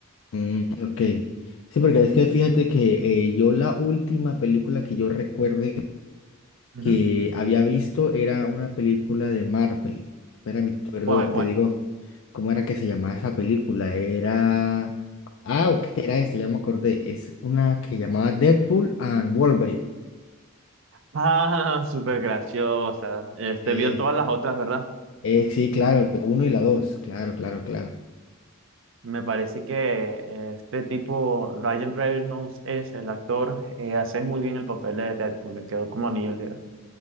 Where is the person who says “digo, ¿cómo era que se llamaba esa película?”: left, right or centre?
Left